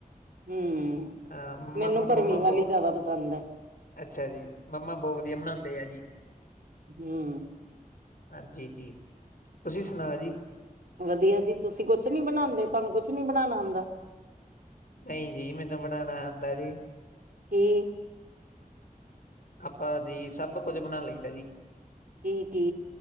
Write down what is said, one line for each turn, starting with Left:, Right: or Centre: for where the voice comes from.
Right: ਹਮ
Left: ਅਹਾ ਮੰਮਾ
Right: ਮੈਨੂੰ ਭਰਮੀ
Left: ਬਹੁ,
Right: ਵਾਲੀ ਜ਼ਿਆਦਾ ਪਸੰਦ ਹੈ
Left: ਅੱਛਾ ਜੀ, ਮੰਮਾ ਬਹੁਤ ਵਧੀਆ ਬਣਾਉਦੇ ਆ ਜੀ।
Right: ਹਮ
Left: ਹਾਂਜੀ ਜੀ ਤੁਸੀਂ ਸੁਣਾਓ ਜੀ
Right: ਵਧੀਆ ਜੀ ਤੁਸੀਂ ਕੁਛ ਨੀ ਬਣਾਉਂਦੇ ਤੁਹਾਨੂੰ ਕੁਛ ਨੀ ਬਣਾਉਣਾ ਆਉਂਦਾ।
Left: ਨਹੀਂ ਜੀ ਮੈਨੂੰ ਬਣਾਉਣਾ ਆਉਂਦਾ ਜੀ।
Right: ਕੀ
Left: ਆਪਾਂ ਦੀ ਸਭ ਕੁਝ ਬਣਾ ਲਈ ਦਾ ਜੀ
Right: ਕੀ ਕੀ